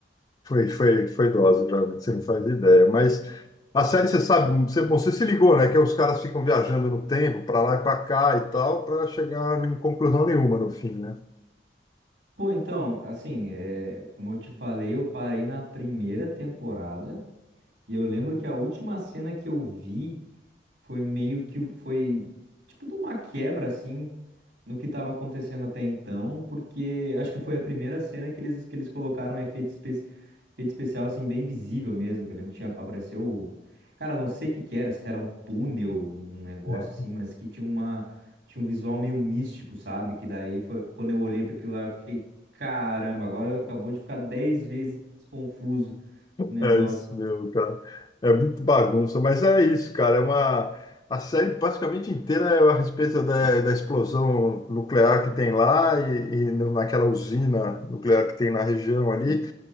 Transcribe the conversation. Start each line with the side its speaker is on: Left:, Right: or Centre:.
Left: Foi, foi, foi dose, Jordan, você não faz ideia. Mas a série, você sabe, você, bom, você se ligou, né? Que os caras ficam viajando no tempo, para lá e para cá e tal, para chegar em conclusão nenhuma no fim, né?
Right: pô, então, assim, é, como eu te falei, eu parei na primeira temporada e eu lembro que a última cena que eu vi. Foi meio que foi tipo de uma quebra assim no que estava acontecendo até então, porque acho que foi a primeira cena que eles que eles colocaram um efeito, espe efeito especial assim bem visível mesmo, que eu lembro que tinha apareceu, o- cara, não sei o que que era, se era um túnel, um negócio
Left: É, É
Right: assim, mas que tinha uma tinha um visual meio místico, sabe? Que daí foi quando eu olhei para aquilo lá, eu fiquei, caramba, agora acabou de ficar 10 vezes mais confuso o negócio.
Left: É isso mesmo, cara. É muito bagunça, mas é isso, cara. É uma a série basicamente inteira é a respeito da, da explosão nuclear que tem lá e, e no- naquela usina nuclear que tem na região ali